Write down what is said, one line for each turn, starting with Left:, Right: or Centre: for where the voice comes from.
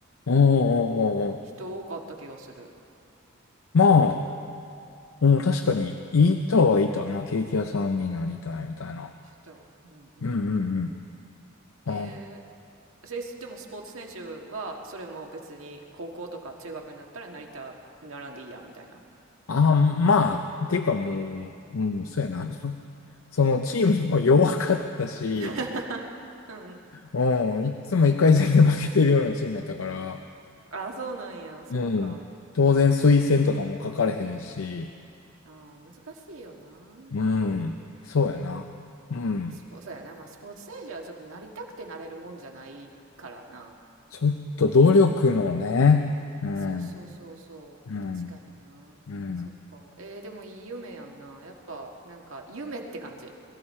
Left: おーおーおーおー。
Right: 人多かった気がする。
Left: まあ、うん、確かに、いたはいたな。ケーキ屋さんになりたいみたいな。
Right: 人、うんうんうん。
Left: うんうんうん。あ、
Right: えー、えでもスポーツ選手はそれも別に高校とか中学になったらなりた、並んでいいやみたいな。
Left: あ、まあ、っていうかもう、うん、そうやな。そのチームも弱かったし、
Right: <laughs> うんうん。
Left: うん、いつも1回戦で負けてるようなチームやったから、
Right: ああ、そうなんや。そっか。
Left: うん、当然推薦とかも書かれへんし、
Right: ああ、難しいよな。
Left: うん、そうやな。うん、
Right: スポ、そうやな。まあスポーツ選手はちょっとなりたくてなれるもんじゃないからな。
Left: ちょっと努力のね、うん、
Right: そうそうそうそう。
Left: うん、
Right: 確かにな。
Left: うん。
Right: そっか。えー、でもいい夢やんな。やっぱ、なんか、夢って感じ。